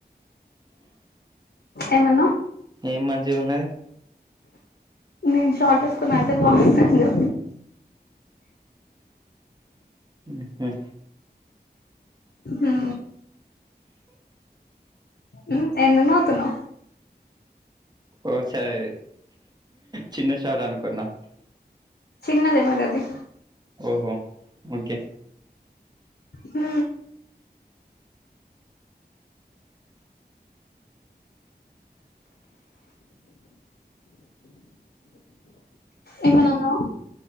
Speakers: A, on the left (about 80°); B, on the right (about 25°).
A: ఏమన్నావ్.
B: ఏం మంచిగున్నది
A: నేను షార్టేసుకొనెల్తే బావుంటాను
B: ఊహు
A: ఉ ఉ ఎందుకు నవ్వుతున్నావ్
B: ఓ సరే చిన్న సార్ అనుకున్నా
A: చిన్నదే మరి అది
B: ఓహో ఓకే
A: ఉ ఏమన్నా అన్నవా